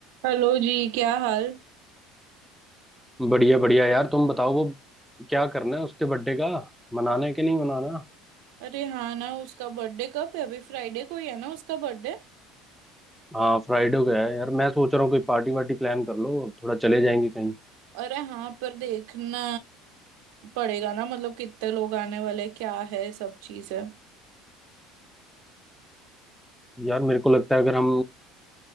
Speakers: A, on the right (about 75°); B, in the centre.
A: Hello जी क्या हाल
B: बढ़िया बढ़िया यार तुम बताओ वो क्या करना है उसके बर्थडे का मनाना है कि नहीं मनाना
A: अरे हाँ ना उसका बर्थडे कब है अभी फ्राइडे को ही है ना उसका बर्थडे
B: हाँ फ्राइडे हो गया है यार मैं सोच रहा हूँ कोई पार्टी वार्टी प्लान कर लो थोड़ा चले जाएंगे कहीं
A: अरे हाँ पर देखना पड़ेगा ना मतलब कितने लोग आने वाले क्या है सब चीजें
B: यार मेरे को लगता है अगर हम